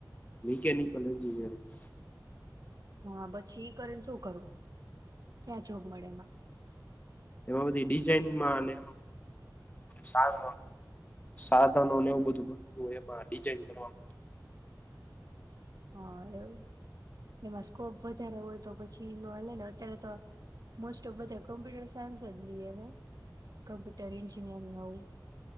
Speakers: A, on the left; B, on the right.
A: Mechanical engineering.
B: હા પછી કરીને ઈ શું કરવું? ક્યાં જોગ મળે એમાં?
A: એમાં બધી ડિઝઇનમાં ને <inaudible> સાધનોને એવું બધું બનતું હો એમાં ડિઝઇન કરવા.
B: હા એવું એમાં સ્કોપ વધારે હોય તો પછી નહાલે ને અત્યારે તો મોસ્ટ ઓફ બધા કમ્પ્યુટર સાયન્સ જ લિએ કમ્પ્યુટર એન્જિનિયરિંગ આવું.